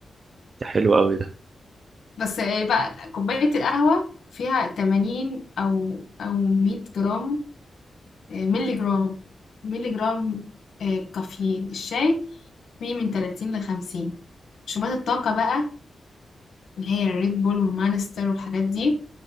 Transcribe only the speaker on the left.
بس آه، بقى كوباية القهوة فيها 80 أو أو 100 جرام آه، ملي جرام ملي جرام آه، كافيين الشاي فيه من 30 ل 50 مشروبات الطاقة بقى اللي هي الريد بول والمانستر والحاجات دي